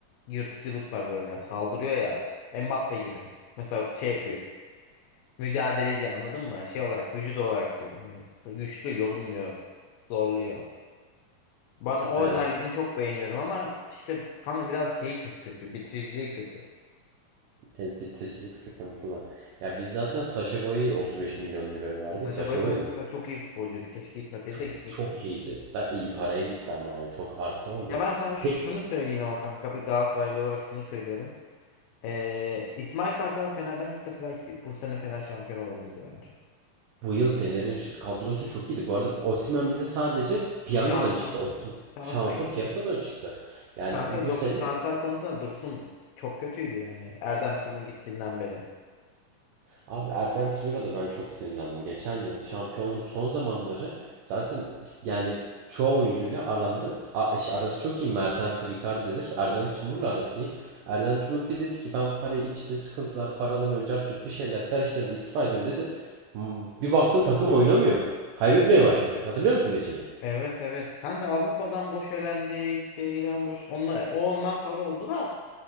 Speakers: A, on the left; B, on the right.
A: Yırtıcılık var böyle. Saldırıyor ya. Mbappe gibi. Mesela şey yapıyor. Mücadeleci anladın mı? Şey olarak vücut olarak diyorum. Hani güçlü yorulmuyor. Zorluyor. Ben o
B: Evet.
A: özelliğini çok beğeniyorum ama işte kanka biraz şeyi çok kötü. Bitiriciliği kötü.
B: Evet, bitiricilik sıkıntılı. Ya biz zaten Sacha Boey'i 35 milyon euroya verdik.
A: Ya Sacha
B: Sacha
A: Boey ben
B: Boey
A: mesela çok iyi futbolcuydu. Keşke gitmeseydi
B: çok
A: de gitmek
B: çok
A: istedim.
B: iyiydi. Da iyi paraya gitti ama yani çok artı oldu.
A: Ya ben sana şunu
B: Peki
A: söyleyeyim ama kanka bir Galatasaraylı olarak şunu söylüyorum. Ee, İsmail Kartal Fener'den gitmesi belki bu sene Fener şampiyon olabilirdi bence.
B: bu yıl Fener'in şu- kadrosu çok iyiydi. Bu arada Osimhen bize sadece piyangodan
A: Şansa.
B: çıktı. Osim
A: Şansa
B: şansa
A: geldi.
B: piyangodan çıktı. Yani
A: Kanka
B: bu
A: yoksa
B: sene
A: transfer konusunda Dursun çok kötüydü yani. Erdem Tümur gittiğinden beri.
B: Abi Erdem Tümer'e de ben çok sinirlendim. Geçen yıl şampiyonluk son zamanları zaten yani çoğu oyuncuyla aranda a- şey, arası çok iyi. Mertens Ricarde'dir. Erdem Tümur'la arası iyi. Erdem Tümur bir dedi ki ben parayı içte sıkıntılar, para alamıyorum, cart curt bir şeyler karıştırdı, istifa ediyorum dedi. M- Bir baktım takım oynamıyor. Kaybetmeye başladık. Hatırlıyor musun geçen yıl?
A: Evet evet. Kanka Avrupa'dan boş elendik. Şeyden boş. Onunla, o ondan sonra oldu da.